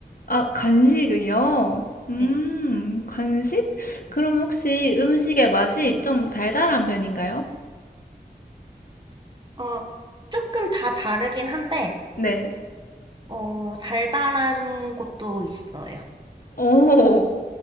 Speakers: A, on the left; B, on the right.
A: 아, 간식이요? 음,
B: 네.
A: 간식? 그럼 혹시 음식의 맛이 좀 달달한 편인가요?
B: 어, 조금 다 다르긴 한데,
A: 네.
B: 어, 달달한 것도 있어요.
A: 오,